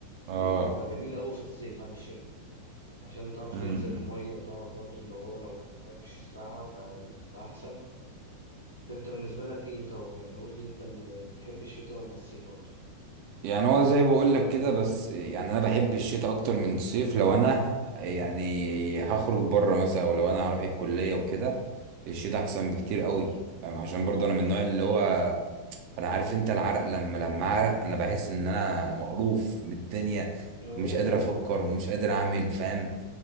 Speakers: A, on the right; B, on the left.
A: اه
B: ديت بتبقى جميله قوي في الصيف عن الشتاء عشان تعرف
A: امم.
B: تنزل الميه وتعرف برضو اللي هو لو الميه مش ساقعه فدي بتبقى احسن فانت بالنسبه لك ايه طب يعني قول لي انت اللي بتحب الشتاء ولا الصيف اكتر
A: يعني هو زي بقول لك كده بس يعني انا بحب الشتاء اكتر من الصيف لو انا يعني هخرج بره مثلا او لو انا هروح الكليه وكده الشتاء احسن بكتير قوي فاهم؟ عشان
B: طبعا
A: برضه انا من النوع اللي هو انا عارف انت العرق لما لما اعرق انا بحس ان انا مقروف من الدنيا
B: هو
A: مش قادر
B: العرق
A: افكر ومش قادر اعمل فاهم